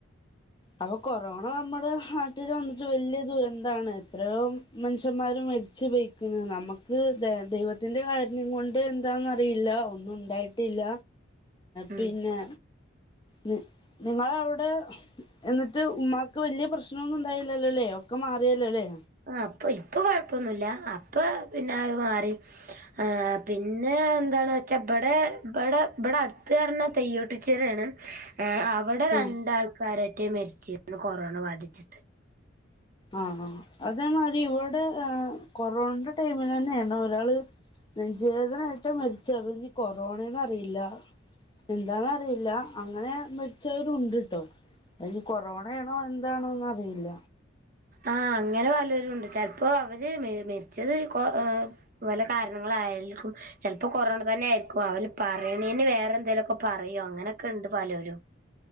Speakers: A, on the left (about 25°); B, on the right (about 45°).
A: അപ്പൊ കൊറോണ നമ്മടെ നാട്ടില് വന്നിട്ട് വല്യ ദുരന്താണ് എത്രയോ മൻഷ്യന്മാര് മരിച്ച്പൊയ്ക്ക്ണ് നമ്മക്ക് ദ ദൈവത്തിന്റെ കാര്ണ്യം കൊണ്ട് എന്താന്ന്റിയില്ല ഒന്നും ണ്ടായിട്ടില്ല
B: ഉം
A: പിന്നെ നി നിങ്ങളവിടെ എന്നിട്ട് ഉമ്മാക്ക് വല്യ പ്രശ്നൊന്നും ഉണ്ടായില്ലല്ലോല്ലേ ഒക്കെ മാറിയലോ ല്ലേ
B: ആ അപ്പൊ ഇപ്പൊ കൊഴപ്പൊന്നുല്ല അപ്പൊ പിന്നെ അ മാറി ആ പിന്നെ എന്താന്ന്വച്ചാ ഇബടെ ഇബടെ ഇബടെ അടുത്ത് ന്നറഞ്ഞാ തെയ്യോട്ടിച്ചിറയാണ് ഏ അവിടെ രണ്ടാൾക്കാരറ്റെ
A: ആഹ്
B: മരിച്ച്ര്ന്നു കൊറോണ ബാധിച്ചിട്ട്
A: ആആ അതേമാതി ഇവടെ ഏ കൊറോണന്റെ ടൈമിലന്നെയാണ് ഒരാള് നെഞ്ചുവേദനായിട്ട് മരിച്ചത് ഇനി കൊറോണന്ന്റിയില്ല എന്താന്നറിയില്ല അങ്ങനെ മരിച്ചവരുണ്ട്ട്ടോ അയ്നി കൊറോണയാണോ എന്താണോ എന്നറി യില്ല
B: ആ അങ്ങനെ പലൊരും ഉണ്ട് ചെലപ്പോ അവര് മെരിച്ചത് കൊ വല കാരണങ്ങളായിലിക്കും ചെലപ്പോ കൊറോണ തന്നെ ആയിരിക്കും അവല് പറയണേന് വേറെ എന്തെലൊക്കെ പറയും അങ്ങനെയൊക്കെ ഉണ്ട് പലൊരും